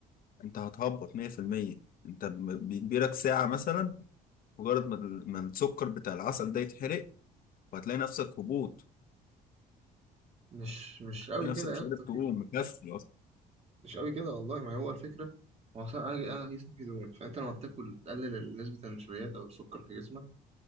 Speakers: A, on the left (about 55°); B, on the right (about 40°).
A: انت هتهبط 100% انت ب- بيجيلك ساعة مثلا مجرد ما ال- ما السكر بتاع العسل ده يتحرق وهتلاقي نفسك هبوط
B: مش مش قوي
A: هتلاقي نفسك
B: كده يا
A: مش
B: اسطى
A: قادر تقوم مكسل اصلا
B: مش قوي كده والله ما هو الفكرة هو أصلا أنا أنا جسمي فيه دهون فأنت لما بتاكل تقلل نسبة النشويات أو السكر في جسمك